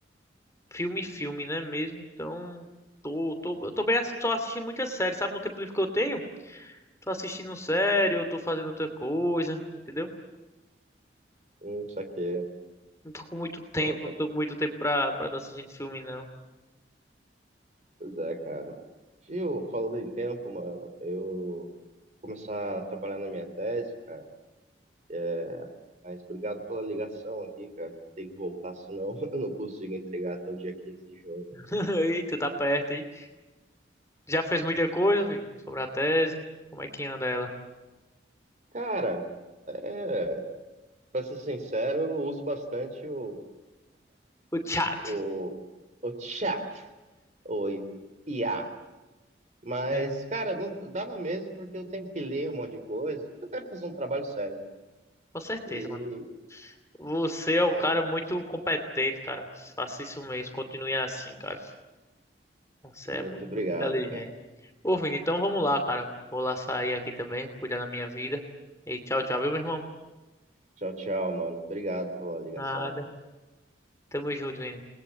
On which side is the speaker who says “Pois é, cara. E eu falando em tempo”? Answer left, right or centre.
Right